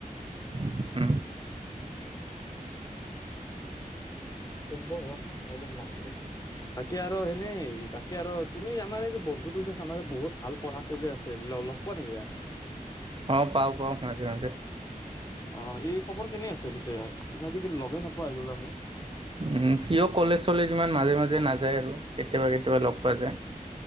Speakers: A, on the right (about 40°); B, on the left (about 25°).
A: উম।
B: তেন্ত বাকী আৰু সেনেই বাকী আৰু তুমি আমাৰ এই যে বন্ধুটো যে চামাৰ বহুত ভাল পঢ়া খুজি আছে। লগ পোৱা নেকি?
A: অ', পাওঁ পাওঁ, মাজে মাজে।
B: অ', এই খবৰ কেনে আছে বিজয়াৰ? আজি-কালি লগে নোপোৱা হৈ গ'লো। আমি
A: উম, চিও কলেজ-চলেজ ইমান মাজে মাজে যে নাযায় আৰু। কেতিয়াবা কেতিয়াবা লগ পোৱা যায়।